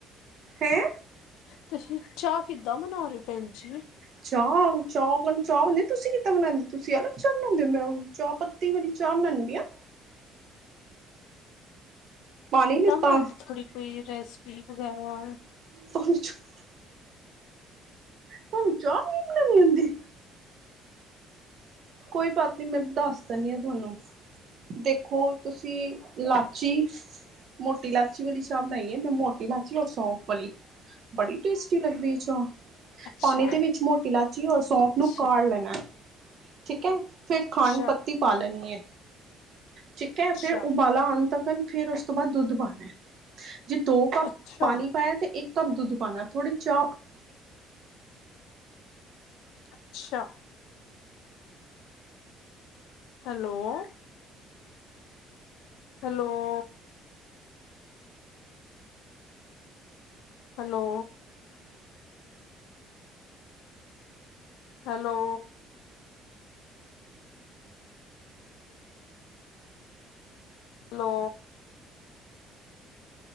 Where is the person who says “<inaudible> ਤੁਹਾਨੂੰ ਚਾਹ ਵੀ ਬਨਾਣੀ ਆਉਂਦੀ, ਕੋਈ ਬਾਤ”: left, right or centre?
Right